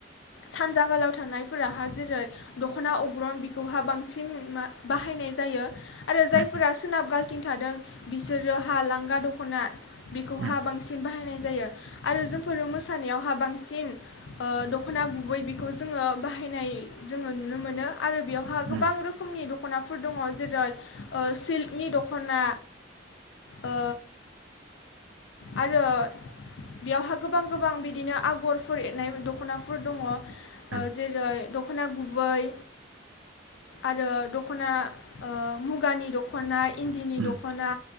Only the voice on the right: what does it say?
उम
उम
उम
उम
उम